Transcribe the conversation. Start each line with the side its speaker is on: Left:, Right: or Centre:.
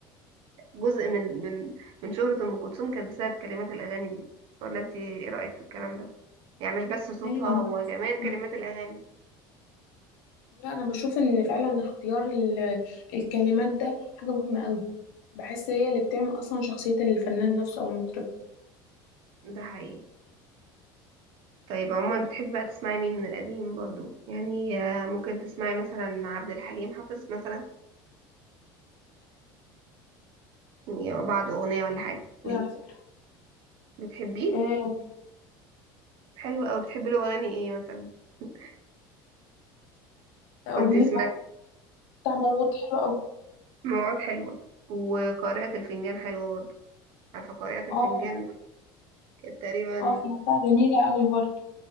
Right: جزء من من من شهرة أم كلثوم كانت بسبب كلمات الأغاني دي ولا أنت إيه رأيك في الكلام ده؟ يعني مش بس صوتها
Left: ايوه انا
Right: هو
Left: بحس
Right: كمان
Left: كده
Right: كلمات الأغاني
Left: لا انا بشوف ان فعلا اختيار ال- الكلمات ده حاجة مهمة قوي بحس هي اللي بتعمل اصلا شخصية الفنان نفسه او المطرب
Right: ده حقيقي طيب عموما بتحبي بقى تسمعي مين من القديم برضو يعني آه، ممكن تسمعي مثلا عبد الحليم حافظ مثلا يعني بعض أغنية ولا حاجة ليه
Left: قوي على فكرة
Right: بتحبيه
Left: آه،
Right: حلو أوي بتحبي له أغاني إيه مثلا <laughs>
Left: اغنية
Right: كنت سمعت
Left: بتاع موت حلوة قوي
Right: موعود حلوة وقارئة الفنجان حلوة برضو عارفة قارئة الفنجان
Left: اه
Right: كانت تقريبا
Left: اه سمعتها جميلة قوي برضه